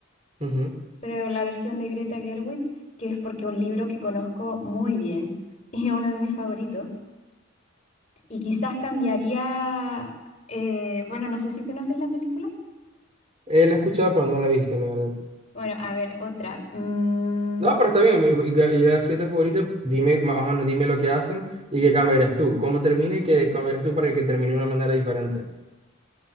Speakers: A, on the right (about 30°); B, on the left (about 35°).
A: Ujú.
B: pero la versión de Greta Gerwig, que es porque un libro que conozco muy bien <laughs> y es uno de mis favoritos. Y quizás cambiaría, eh, bueno, no sé si conoces la película.
A: Eh, la he escuchado, pero no la he visto, la verdad.
B: Bueno, a ver, otra. Mm,
A: No, pero está bien. Y y- y la siete favorita, dime, más o menos, dime lo que hacen y qué cambiarías tú. ¿Cómo termina y qué cambiarías tú para que termine de una manera diferente?